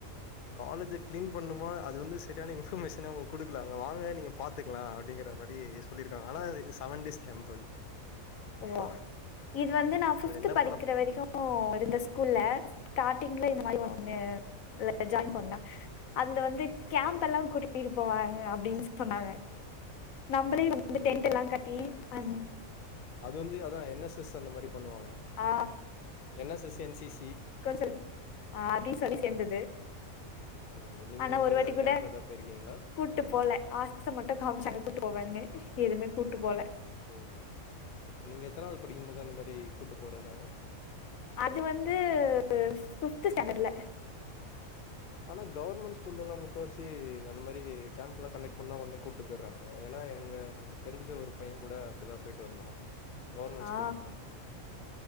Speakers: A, on the left; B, on the left.
A: காலேஜ கிளீன் பண்ணுமா அது வந்து சரியான இன்பர்மேஷனே அவுங்க குடுக்கல அங்க வாங்க நீங்க பாத்துக்கிலா அப்டிங்கிற மாரி சொல்லிருக்காங்க ஆனா இது செவன் டேஸ் கேம்ப் அது
B: ஓ இது வந்து நா ஃபிப்த்து
A: என்ன
B: படிக்கிற
A: பண்ண
B: வரிக்கும் இருந்த ஸ்கூல்ல ஸ்டாரிங்கில இந்த மாரி ஒண்ணு
A: ஆம்,
B: ஜாய்ன் பண்ண அதுல வந்து கேம்ப்
A: ஆம்.
B: எல்லா கூட்டி ட்டு போவாங்க அப்டின் சொன்னாங்க நம்பளே வந்து
A: ஓ!
B: டென்ட்டெல்லா கட்டி அ
A: அது வந்து அதா என் எஸ் எஸ் அந்த மாரி பண்ணுவாங்க
B: ஆ
A: N S S N C C
B: கன் சொல் ஆ அப்டி சொல்லி சேந்தது
A: ஓ நீங்க
B: ஆனா
A: உங்க
B: ஒரு
A: எதா
B: வாட்டி கூட
A: கேம்ப் எதா போயிருக்கீங்களா
B: கூட்டு போல ஆச மட்டு காம்சாங்க கூட்டு போவேன்னு எதுவுமே கூட்டு போல
A: ஓ நீங்க எத்தனாவது படிக்கமோது அந்த மாரி கூட்டு போறேன்னாங்க
B: அது வந்து பிஃப்து ஸ்டாண்டர்ல
A: ஆனா கவுர்மெண்ட் ஸ்கூல்லலா முக்கா வாசி அந்த மாரி கேம்ப்லா கண்டக்ட் பண்ணா ஒடனே கூட்டு போயிறாங்க ஏனா எங்க க தெரிஞ்ச ஒரு பையன் கூட அப்டிதா போய்ட்டு வந்தான் கவுர்மெண்ட்
B: ஆ
A: ஸ்கூல் தா